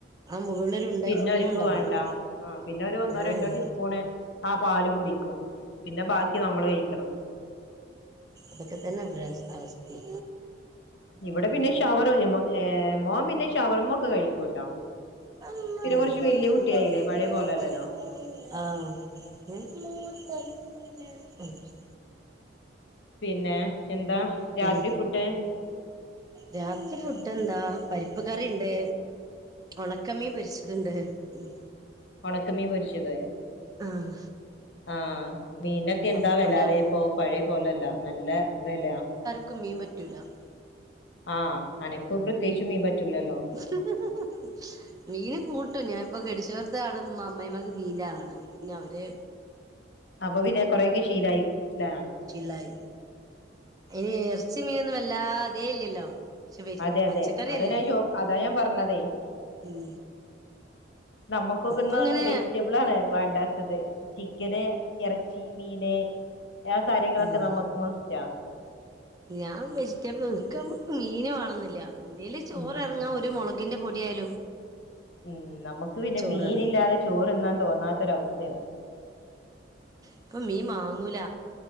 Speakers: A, on the right; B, on the left.
A: മുകളിൽ ഒരു ഉണ്ട
B: പിന്നെ
A: ഐസ്ക്രീം
B: ഒര്ക്ക്
A: ഉണ്ടാവല്ലോ
B: വേണ്ട ആഹ് പിന്നെ ഓര് ഒന്നോ
A: ഏഹ്
B: രണ്ടോ ടീസ്പൂണ് ആ പാലും കുടിക്കും പിന്നെ ബാക്കി നമ്മള് കയിക്കും
A: അതൊക്കത്തന്നെ ബരെ അവ അവസ്തിം
B: ഇവടെ പിന്നെ ഷവർ ഏ മോം പിന്നെ ഷവർമ ഒക്കെ കഴിക്കൂട്ടോ
A: എ
B: പിന്നെ കുറച്ച് വല്യ കുട്ടിയായില്ലേ പഴയ പോലെല്ലല്ലോ
A: ആഹ് ഏഹ്
B: അതെ പിന്നെ എന്താ
A: പിൻ
B: രാത്രി ഫുഡ്
A: രാത്രി ഫുഡ് എന്താ പരിപ്പ് കറിണ്ട് ഒണക്കമീം പൊരിച്ചത്ണ്ട് ഉം
B: ഒണക്കമീം പൊരിച്ചത്
A: ആഹ്
B: ആഹ് മീൻനൊക്കെ എന്താ
A: പപ്പടം
B: വെല ലെ ഇപ്പൊ പഴയ പോലല്ല നല്ല വെല
A: ക്ക് മീം പറ്റൂല. ക്
B: ആഹ് അനക്കു പ്രത്യേയിച്ച് മീം പറ്റൂലല്ലോ
A: <unintelligible> മീന് കൂട്ടും ഞാനിപ്പ ഗട്ടിച്ചോട്ത്ത് അവ്ടെ മ്മ അമ്മയ്‌മ്മാക്ക് മീൻന്റെ ആളാണ് അപ്പ പിന്നെ അവര്
B: അപ്പൊ പിന്നെ കൊറെക്കെ ശീലായി ല്ലേ
A: ലായി അയ്‌നെ എറ്ച്ചിം മീനൊന്നും വല്ലാ ആദ്യേ ഇല്ല്യല്ലോ ഷെ വെജ്
B: അതെ
A: പച്ചക്കറിയല്ലേ
B: അതെ അതാ ഞാൻ ചോ അതാ ഞാൻ പറഞ്ഞതേ
A: ഉം
B: നമ്മക്കൊക്കെ
A: ഇപ്പ
B: ന്ന്
A: ഇങ്ങനെ
B: വെജിറ്റബിൾ ആണ് വേണ്ടാത്തത് ചിക്കന് എറച് ച്ചി മീന് ആ കാര്യങ്ങളൊക്കെ
A: ഉം
B: നമ്മുക്ക് മസ്റ്റാ
A: ഞാൻ വെജിറ്റബിൾക്ക് മീന് വണന്നുന്നില്ല ഇന്തേൽ ചോറ്
B: ഉം
A: ഇറങ്ങാൻ ഒരു മുളക് ത്തിന്റെ പൊടിയായാലോ
B: ഉം നമുക്ക് പിന്നെ
A: ചോറെറങ്ങും
B: മീനില്ലാതെ ചോറ്ന്നാൻ തോന്നാത്തൊരവസ്ഥയാണ്
A: ഇപ്പൊ മീൻ മാങ്ങൂല